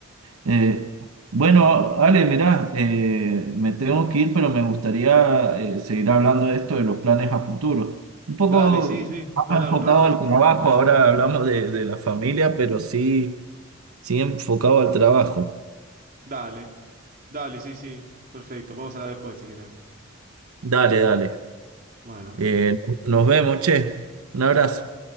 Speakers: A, on the right (about 90°); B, on the right (about 40°).
A: Eh, bueno, Ale, mirá, eh, me tengo que ir, pero me gustaría eh, seguir hablando de esto, de los planes a futuro. Un poco
B: Dale, sí, sí.
A: más
B: Puedo hablar
A: enfocado
B: un rato, sí.
A: al trabajo, ahora hablamos de, de la familia, pero sí, sí enfocado al trabajo.
B: Dale. Dale, sí, sí. Perfecto. Vamos a hablar después si querés.
A: Dale, dale.
B: Bueno.
A: Eh, nos vemos, che. Un abrazo.
B: Chau,